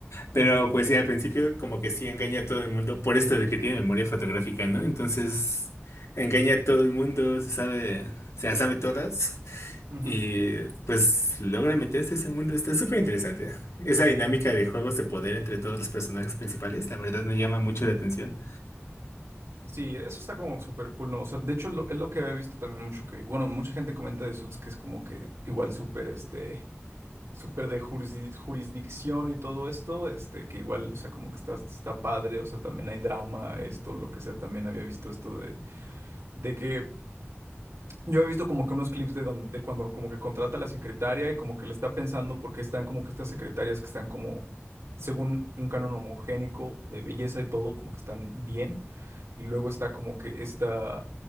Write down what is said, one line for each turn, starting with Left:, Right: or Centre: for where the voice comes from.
Left: Pero
Right: Ujú,
Left: pues sí, al principio como que sí engaña a todo el mundo por esto de que tiene memoria fotográfica, ¿no? Entonces engaña a todo el mundo, se sabe, se las sabe todas
Right: ujú.
Left: y pues logra meterse a ese mundo. Está súper interesante. Esa dinámica de juegos de poder entre todos los personajes principales, la verdad me llama mucho la atención.
Right: Sí, eso está como súper cool, ¿no? O sea, de hecho lo- es lo que había visto también mucho que, bueno, mucha gente comenta de Suits que es como que igual súper, este, súper de jurisdi- jurisdicción y todo esto, este, que igual, o sea, como que está, está padre, o sea, también hay drama, esto, lo que sea, también había visto esto de, de que Yo he visto como que unos clips de, donde, de cuando como que contrata a la secretaria y como que le está pensando porque están como que estas secretarias que están como, según un canon homogénico de belleza y todo, como que están bien y luego está como que esta,